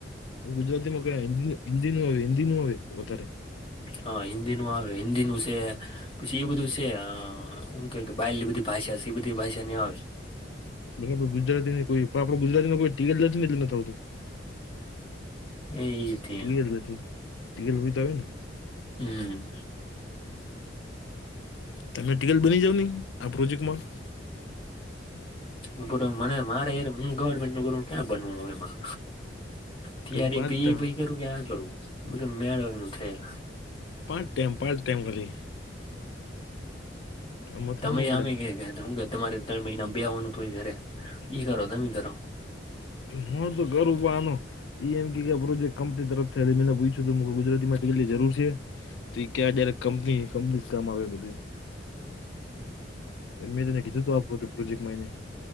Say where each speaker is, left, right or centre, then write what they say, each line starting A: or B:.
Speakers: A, on the left; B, on the left.
A: ગુજરાતી માં કયા હિન્દી ન હવે હિન્દી ન આવે વધારે
B: હા હિન્દીનુ આવે હિન્દીનું છે. પછી એ બધું છે, હું કે કે બાયલની બધી ભાષા છે, એ બધી ભાષા નહીં આવે
A: બરાબર ગુજરાતી કોઈ પણ આપડો ગુજરાતી કોઈ ટિકિટ જને એટલે આવતું.
B: એ ત્યાં
A: ટીલ ટીલ તો આવે ને
B: હમ.
A: તમે ટિકલ બની જાવ ની આ પ્રોજેક્ટમાં
B: હ બરા મને મારે હું ગવર્મેન્ટ નું ગર ક્યાં બનવું એમાં. ત્યારે
A: ખાલી પાંચ
B: એક તો
A: ટાઈમ
B: એ ભાઈ કરવું કે આ કરવું બધ મેળવાનું થયેલા.
A: પાંટ ટાઈમ પાંટ ટાઈમ વાલી આ મથવું
B: તમેય
A: ન પડે
B: આમે
A: એમ
B: કે કે હુંત તમારે ત્રણ મહિના બે હોવાનું હતું હોય ઘરે ઈ કરો તમે કરો
A: હુ તો ગરબાનું એ એમ કે કે કંપની તરફથીયેલી મેને પૂછું ગુજરાતીમાંગ્રીલી જરૂર છે. તી ક્યાં ડાય્યારેક કંપની કંપની કામ આવે બધી મે તને કીધુ આ પ્રોજેક્ટ એને